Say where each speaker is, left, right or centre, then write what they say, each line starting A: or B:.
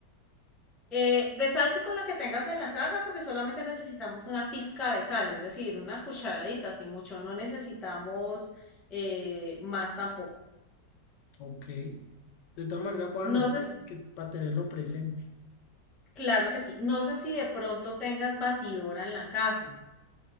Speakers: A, in the centre; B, on the left.
A: eh, de sal sí con la que tengas en la casa, porque solamente necesitamos una pizca de sal, es decir, una cucharadita, si mucho, no necesitamos eh, más tampoco.
B: ok. De todas maneras voy a anotar
A: No sé, s-
B: porque- para tenerlo presente.
A: claro que sí. No sé si de pronto tengas batidora en la casa.